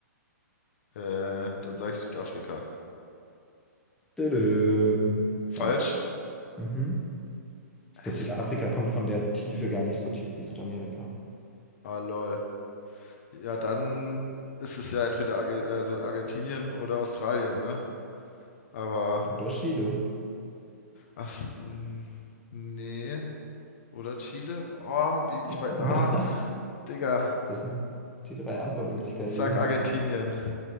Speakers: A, on the left (about 50°); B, in the centre.
A: Äh, dann sage ich Südafrika.
B: Tadam.
A: Falsch?
B: Falsch. Mhm. Ich glaube,
A: Es,
B: Südafrika kommt von der Tiefe gar nicht so tief wie Südamerika.
A: ah, lol. Ja, dann ist es ja entweder Arge also Argentinien oder Australien, ne? Aber
B: Oder Chile.
A: Ach, so, mm, nee. Oder Chile? Oh, wie, ich
B: <laughs>
A: weiß.
B: Naja,
A: Ah, Digga.
B: das sind die drei Antwortmöglichkeiten,
A: Ich sag
B: die wir hier
A: Argentinien.
B: noch haben.